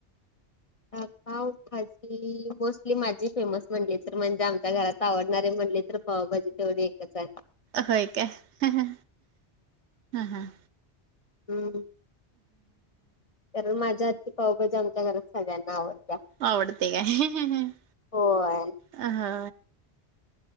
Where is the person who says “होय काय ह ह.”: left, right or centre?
Right